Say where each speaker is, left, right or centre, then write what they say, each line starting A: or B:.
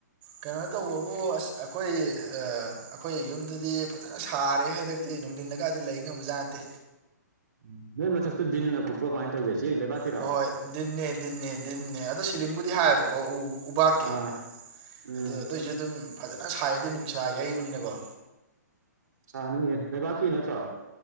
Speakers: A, on the right (about 25°); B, on the right (about 75°).
A: ꯀꯩꯅꯣ ꯇꯧꯕꯕꯨ ꯑꯁ ꯑꯩꯈꯣꯏ ꯑꯥ ꯑꯩꯈꯣꯏ ꯌꯨꯝꯗꯨꯗꯤ ꯐꯖꯅ ꯁꯥꯔꯦꯍꯦ ꯍꯟꯗꯛꯇꯤ ꯅꯨꯡꯗꯤꯟꯗ ꯀꯗꯤ ꯂꯩ ꯉꯝꯝꯕꯖꯥꯠ ꯅꯠꯇꯦ
B: ꯎꯝ ꯅꯣꯏ ꯃꯊꯥꯛꯇꯣ ꯗꯤꯟꯅ ꯀꯄ꯭ꯔꯣ ꯀꯃꯥꯏ ꯇꯧꯒꯦ ꯆꯦꯛ ꯂꯩꯕꯥꯛꯀꯤꯔꯣ
A: ꯍꯣꯏ ꯗꯤꯟꯅꯦ ꯗꯤꯟꯅꯦ ꯗꯤꯟꯅꯦ ꯑꯗꯣ ꯁꯤꯂꯤꯡ ꯕꯨꯗꯤ ꯍꯥꯏꯕꯀꯣ ꯎ ꯎꯕꯥꯛꯀꯤ
B: ꯑꯥ ꯎꯝ
A: ꯑꯗꯨ ꯑꯗꯨꯏꯁꯨ ꯑꯗꯨꯝ ꯐꯖꯅ ꯁꯥꯏꯗꯤ ꯅꯨꯡꯁꯥ ꯌꯩꯕꯅꯤꯅꯀꯣ
B: ꯆꯥꯅꯤꯌꯦ ꯂꯩꯕꯥꯛꯀꯤ ꯅꯠꯇ꯭ꯔꯣ